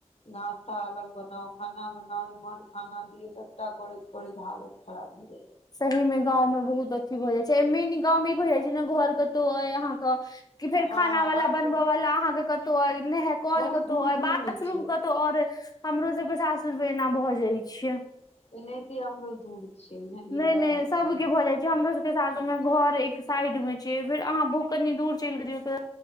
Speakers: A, on the left; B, on the left.
A: नास्ता अलग बनाउ खाना बनाउ इमहर खाना दियौ सबटा करैत करैत हालत खराब भ जाइ छैय।
B: सहीमे गांवमें बहुत अथी भ जाइ छैय ए मेन इ गांवमे इ भ जाइ छैय ने घर कतहु अइ अहाँके कि फेर
A: हँ
B: खाना वला
A: बात
B: बनबय वला अहाँके कतहु अय नह
A: बहुत
B: कऽल कतहु
A: दूर
B: अइ
A: दूर
B: बाथरूम
A: मे छै
B: कतहु आओर अइ। हमरो सबके सासुरमे एना भऽ जाइ छैय।
A: <unintelligible> <unintelligible>
B: नय-नय सबके
A: साउस
B: भ जाइ छैय। हमरो सबके सासुरमे घर एक साइडमे छैय फेर अहाँ बहु कनी दूर चलि के जैइयौ त